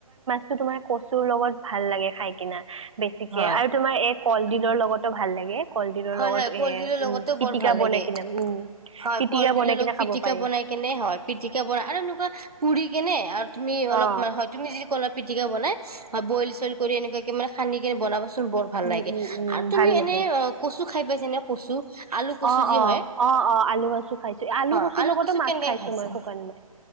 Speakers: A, on the right; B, on the right.
A: যে তোমাৰ কচুৰ লগত ভাল লাগে খাই। কিনা বেছিকে
B: হয়
A: আৰু তোমাৰ এই কলডিলৰ লগতো ভাল লাগে। কলডিলৰ
B: হয়
A: লগত
B: হয় কলডিলৰ
A: এ
B: লগতো
A: উম, পিতিকা
B: বৰ ভাল
A: বনাই
B: লাগে
A: কিনে উম,
B: হয়
A: পিতিকা
B: কলডিলৰ
A: বনাই
B: লগত
A: কিনে
B: পিটিকা
A: খাব পাৰি।
B: বনাই কেনে হয় পিতিকা বৰা আৰু এনেকুৱা পুৰি কেনে আৰু তুমি অলপ
A: অ
B: মান হয় তুমি যদি কলপ পিটিকা বনাই অ, বইল চইল কৰি এনেকুৱাকে মানে সানি কে বনাবচোন বৰ ভাল
A: উম
B: লাগে
A: উম উম
B: আৰু তুমি
A: ভাল লাগে
B: এনেই অ, কচু খাই পাইছা নে কচু? আলু কচু
A: অ',
B: যি
A: অ',
B: হয়
A: অ', অ', আলু কচু খাইছো আলু
B: অ
A: কচুৰ লগতো
B: কচু
A: মাছ
B: কেনেকে
A: খাইছো
B: খাইছা
A: মই শুকান মই।